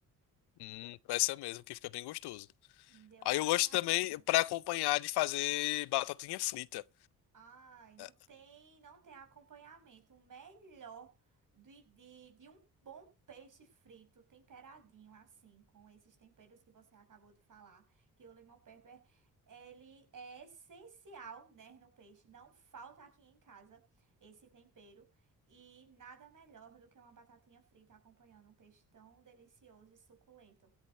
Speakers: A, on the left; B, on the right.
A: Hum, essa mesmo, que fica bem gostoso.
B: Me deu
A: Aí
B: água
A: eu gosto
B: na
A: também,
B: boca.
A: pra acompanhar, de fazer batatinha frita.
B: Ai, não
A: É,
B: tem, não tem acompanhamento. O melhor de, de, de um bom peixe frito, temperadinho assim, com esses temperos que você acabou de falar, que o lemon pepper, ele é essencial, né, no peixe. Não falta aqui em casa esse tempero. E nada melhor do que uma batatinha frita acompanhando um peixe tão delicioso e suculento.